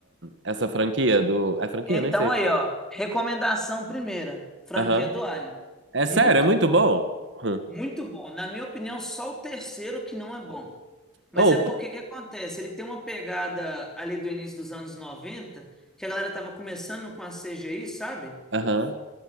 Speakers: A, on the right; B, in the centre.
A: essa franquia do. É franquia?
B: Então
A: Nem sei
B: aí,
A: se é.
B: ó. Recomendação primeira, franquia
A: Aham.
B: do Ali.
A: É
B: Muito
A: sério, é muito
B: bom,
A: bom? Hum.
B: muito bom. Na minha opinião, só o terceiro que não é bom. Mas
A: Oh,
B: é porque
A: p-
B: que acontece? Ele tem uma pegada ali do início dos anos 90, que a galera tava começando com a CGI, sabe?
A: aham.